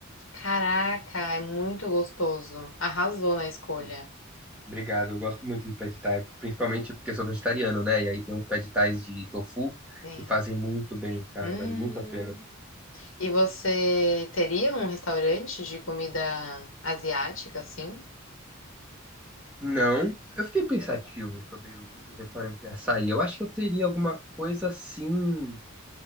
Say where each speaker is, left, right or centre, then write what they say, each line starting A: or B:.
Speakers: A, on the left; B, in the centre.
A: Caraca, é muito gostoso. Arrasou na escolha.
B: Sim. Obrigado, eu gosto muito de pad thai, principalmente porque eu sou vegetariano, né? E aí tem uns pad thais de tofu
A: Sim.
B: que fazem muito bem, cara,
A: Hum.
B: vale muito a pena.
A: E você teria um restaurante de comida asiática, assim?
B: Não, eu fiquei pensativo sobre o, o restaurante de açaí. Eu acho que eu teria alguma coisa assim,